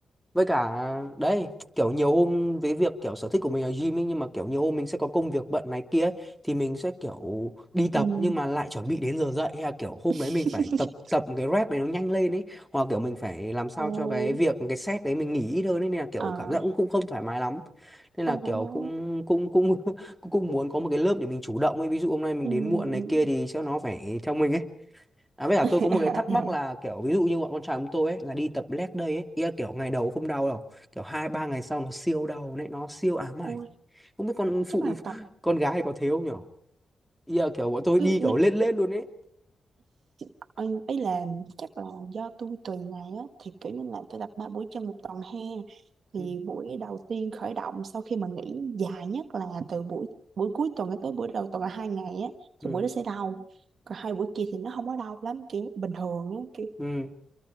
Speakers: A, in the centre; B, on the right (about 70°).
A: với cả đấy kiểu nhiều hôm với việc kiểu sở thích của mình là gym ấy, nhưng mà kiểu nhiều hôm mình sẽ có công việc bận này kia ấy, thì mình sẽ kiểu đi tập
B: ừ.
A: nhưng mà lại chuẩn bị đến giờ dậy hay là kiểu hôm
B: <laughs>
A: đấy mình phải tập tập cái rep đấy nó nhanh lên ấy hoặc kiểu mình phải làm sao
B: Ôi
A: cho cái việc cái set đấy mình nghỉ ít hơn ấy, nên là kiểu
B: à,
A: cảm giác cũng cũng không thoải mái lắm nên là
B: không thoải
A: kiểu
B: mái
A: cũng cũng cũng <laughs> cũng cũng muốn có một cái lớp để mình chủ động ấy ví dụ hôm nay mình
B: Ừ.
A: đến muộn này
B: ừ.
A: kia thì sẽ nó phải theo mình ấy À với cả
B: <laughs>
A: tôi có một cái thắc mắc là kiểu ví dụ như bọn con trai chúng tôi ấy là đi tập leg day ấy, ý là kiểu ngày đầu không đau đâu, kiểu hai ba ngày sau nó siêu đau đấy, nó siêu ám ảnh.
B: Ôi,
A: Không biết con
B: chắc
A: phụ
B: là
A: <laughs>
B: tập
A: con gái có thế không nhở? Ý là kiểu bọn tôi
B: cứ
A: đi
B: <laughs>
A: kiểu lên lên luôn ấy.
B: anh ấy làm <laughs> chắc là do tôi tùy ngày á thì kiểu như là tôi tập ba buổi chân một tuần ha thì
A: Ừ.
B: buổi đầu tiên khởi động sau khi mà nghỉ dài nhất là từ buổi buổi cuối tuần tới buổi đầu tuần là hai ngày á
A: Ừ.
B: thì buổi đó sẽ đau còn hai buổi kia thì nó không có đau lắm kiểu bình thường á kiểu
A: Ừ.